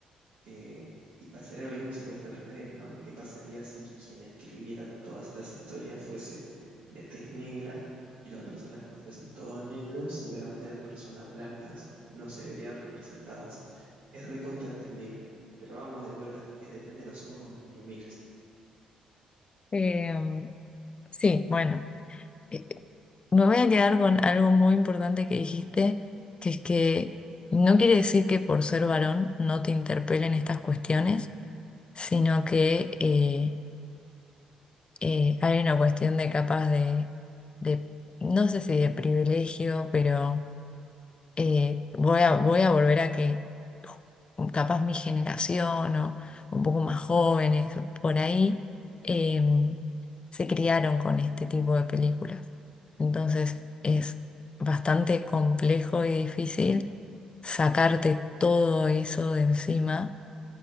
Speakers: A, on the right; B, on the left.
A: Eh, y pasaría lo mismo si fuese al revés, ¿no? ¿Qué pasaría si quien escribiera todas estas historias fuese de tez negra y los personajes fuesen todos negros? Seguramente las personas blancas no se verían representadas. Es recontraentendible. Pero vamos de vuelta, es depende de los ojos con los que lo mires.
B: Eh, Sí, bueno, eh, eh, me voy a quedar con algo muy importante que dijiste, que es que no quiere decir que por ser varón no te interpelen estas cuestiones, sino que eh, eh, hay una cuestión de capaz de, de, no sé si de privilegio, pero eh, voy a, voy a volver a que capaz mi generación o un poco más jóvenes por ahí em, se criaron con este tipo de películas. Entonces es bastante complejo y difícil sacarte todo eso de encima